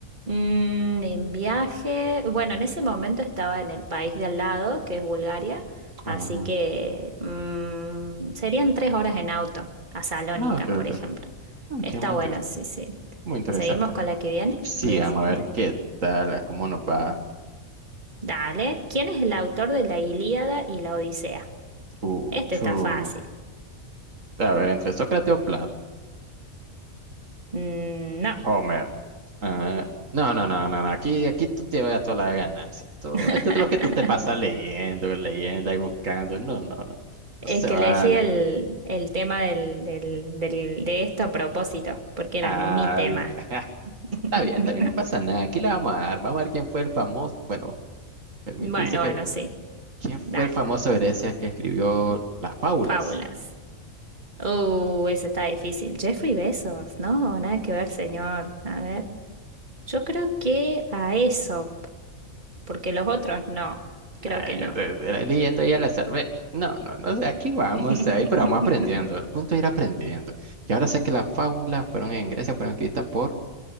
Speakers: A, on the right (about 35°); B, on the right (about 70°).
A: Mm, en viaje, bueno, en ese momento estaba en el país de al lado, que es Bulgaria,
B: Ah,
A: así que mm, serían tres horas en auto, a Salónica,
B: no, ok,
A: por
B: ok,
A: ejemplo.
B: ok. Ok,
A: Está
B: muy
A: bueno,
B: interes-
A: sí, sí.
B: muy interesante.
A: ¿Seguimos con la que viene?
B: Sí,
A: ¿Con la
B: vamos
A: siguiente?
B: a ver qué tal, a cómo nos va.
A: Dale. ¿Quién es el autor de la Ilíada y la Odisea?
B: Uh,
A: Este
B: chu.
A: está fácil.
B: A ver, entre Sócrates o Platón
A: Mm, no.
B: Homer. Ah, no, no, no, no, no. Aquí, aquí tú te vas a toda la de ganar. ¿sí? Esto,
A: <laughs>
B: esto es lo que tú te pasas leyendo, leyendo y buscando. No, no, no. No
A: Es
B: se
A: que
B: vale.
A: elegí el, el tema del, del- del- de esto a propósito, porque era
B: Ay,
A: mi tema.
B: <laughs>
A: <laughs>
B: está bien, está bien, no pasa nada. Aquí la vamos a dar. Vamos a ver quién fue el famoso. Bueno. Permite,
A: Bueno,
B: dice que
A: bueno, sí.
B: ¿quién fue
A: Dale.
B: el famoso Grecia que escribió las fábulas?
A: Fábulas. Uh, eso está difícil. Jeffrey Bezos, no, nada que ver, señor. A ver. Yo creo que a Aesop, porque los otros no. Creo
B: Ay,
A: que no.
B: yo te, te la leyendo ya la salvé. No, no, no, sé, aquí vamos,
A: <laughs>
B: ahí, pero vamos aprendiendo. El punto es ir aprendiendo. Y ahora sé que las fábulas fueron en Grecia, fueron escritas por